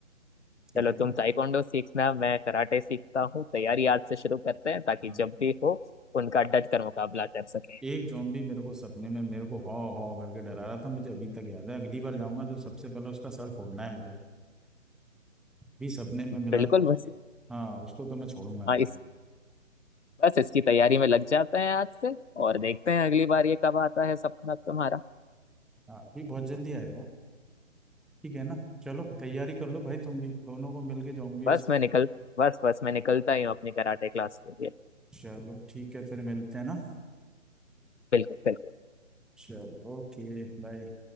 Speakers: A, on the left; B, in the centre.
A: <laughs>
B: ठीक
A: चलो
B: है
A: तुम
B: ना
A: ताइक्वांडो सीखना मैं कराटे सीखता हूँ तैयारी आज से शुरू करते हैं ताकि
B: हाँ।
A: जब भी हो उनका डट कर मुकाबला कर सके
B: एक जॉम्बी मेरे को सपने में मेरे को हॉ हॉ करके डरा रहा था मुझे अभी तक याद है अगली बार जाऊंगा तो सबसे पहले उसका सर फोड़ना है मुझे अभी सपने में मिला
A: बिल्कुल
B: तो उस-
A: बस
B: हाँ उसको तो मैं छोड़ूंगा नहीं
A: हाँ इस बस इसकी तैयारी में लग जाते हैं आज से और देखते हैं अगली बार ये कब आता है सपना तुम्हारा
B: हाँ अभी बहुत जल्दी आएगा ठीक है ना चलो तैयारी कर लो भाई तुम भी दोनों को मिलके जॉम्बियों
A: बस
B: से
A: मैं निकल बस बस मैं निकलता ही हूँ अपनी कराटे क्लास के लिए
B: चलो ठीक है फिर मिलते हैं ना
A: बिल्कुल बिल्कुल
B: चलो ओके बाय